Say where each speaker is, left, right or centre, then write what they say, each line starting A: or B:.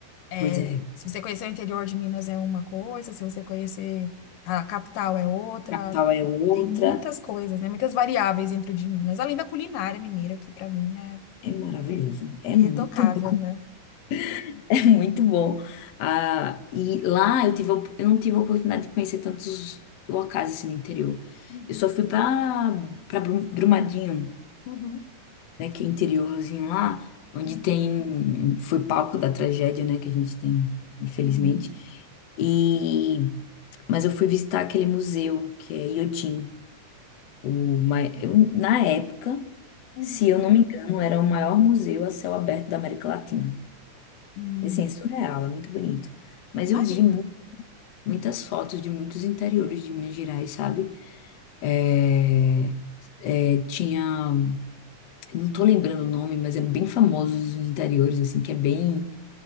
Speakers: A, on the left; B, on the left.
A: é,
B: Pois é,
A: se você conhecer o interior de Minas é uma coisa, se você conhecer a capital é outra.
B: capital é outra.
A: Tem muitas coisas, né? Muitas variáveis dentro de Minas, além da culinária mineira, que para mim é
B: É maravilhoso. É
A: irretocável,
B: muito bom.
A: né?
B: <laughs> É muito bom. Ah, e lá eu tive, a op- eu não tive a oportunidade de conhecer tantos locais assim no interior.
A: Uhum,
B: Eu só fui para para Brumadinho,
A: uhum,
B: né, que é interiorzinho lá, onde
A: uhum,
B: tem foi palco da tragédia, né, que a gente tem, infelizmente.
A: uhum,
B: E mas eu fui visitar aquele museu que é Iotim, o mai- eu- na época,
A: uhum,
B: se eu não me engano, era o maior museu a céu aberto da América Latina.
A: uhum.
B: E, assim, é surreal, é muito bonito. Mas
A: Imagina.
B: eu vi muitas fotos de muitos interiores de Minas Gerais, sabe? É, é, tinha, não tô lembrando o nome, mas é bem famoso os interiores, assim, que é bem,